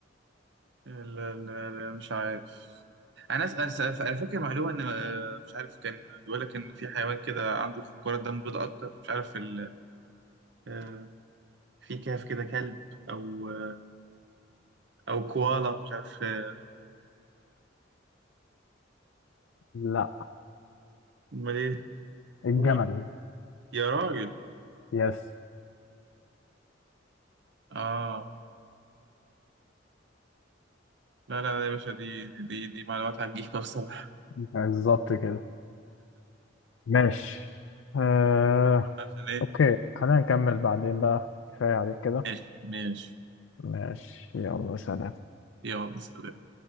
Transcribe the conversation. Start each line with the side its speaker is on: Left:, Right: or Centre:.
Right: لا لا لا مش عارف انا أس... أس... انا فاكر معلومه ان آه، مش عارف كان بيقول لك ان في حيوان كده عنده كرة دم بيضاء اكتر مش عارف ال... أه في كهف كده كلب او آه، او كوالا مش عارف آه،
Left: لا
Right: امال ايه
Left: الجمل
Right: قول يا راجل
Left: يس
Right: اه لا لا لا يا باشا دي دي دي معلومات هتجيبها بصراحة
Left: بالظبط كده ماشي آه...
Right: عشان ايه
Left: أوكي خلينا نكمل بعدين بقى كفاية عليك كده
Right: ماشي ماشي
Left: ماشي يلا سلام
Right: يلا سلام